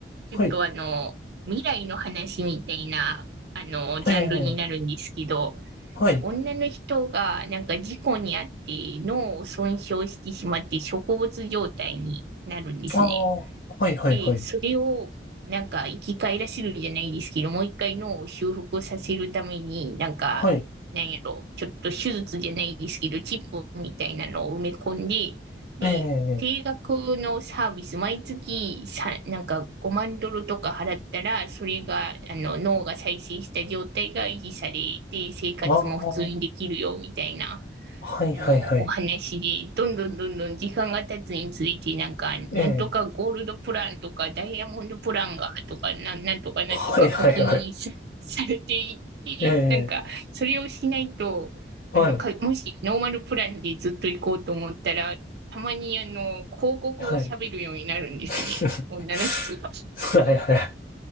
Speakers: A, on the right; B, on the left.
A: ちょっとあの、
B: はい。
A: 未来の話みたいな、あの、ジャンルになるんですけど、
B: えー。はい。
A: 女の人がなんか事故にあって脳を損傷してしまって植物状態になるんですね。
B: ああ。はい。はい。
A: で、
B: はい。
A: それを、なんか、生き返らせるじゃないですけど、もう一回脳を修復させるために、なんか、
B: はい。
A: なんやろ、ちょっと手術じゃないですけど、チップみたいなのを埋め込んで、で、
B: え
A: 定額のサービス、毎月さ、なんか5万ドルとか払ったら、それが、あの、脳が再生した状態が維持されて、生活も普通にできるよ、
B: ー。ああ。
A: みたいな。
B: はい。
A: あの、
B: はい。はい。
A: お話で、どんどんどんどん時間が経つにつれて、なんか、
B: えー。
A: なんとかゴールドプランとか、ダイヤモンドプランが、とか、なん、なんとかなんとか課金さ、
B: はい。はい。はい。
A: <laughs> されていって、
B: え
A: なんか、それをしないと、
B: ー。
A: あの、
B: はい。
A: か、もしノーマルプランでずっと行こうと思ったら、たまにあの、広告を喋るようになるんですね。
B: はい。<laughs>
A: 女の人が。
B: はい。はい。